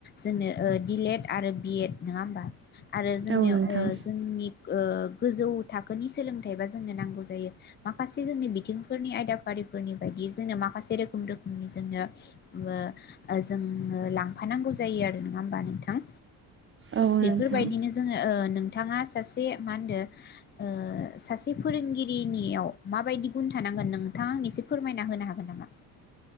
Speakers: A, on the left; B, on the right.
A: जोंनो ओ डि लेएड आरो बि एड नङा होमबा। आरो जोंनियाव
B: औ नोंथां
A: ओ जोंनि गो गोजौ थाखोनि सोलोंथाइबा जोंनो नांगौ जायो माखासे जोंनि बिथिंफोरनि आयदाफारिफोरनि बायदि जोंनो माखासे रोखोम रोखोमनि जोंनो ओ जों लांफानांगौ जायो आरो नङा होमबा नोंथां
B: औ
A: बेफोर
B: नोंथां
A: बायदिनो जोङो ओ नों थाङा सासे मा होनदो ओ सासे फोरोंगिरिनियाव माबायदि गुन थानांगोन नोंथाङा आं एसे फोरमायना होनो हागोन नामा?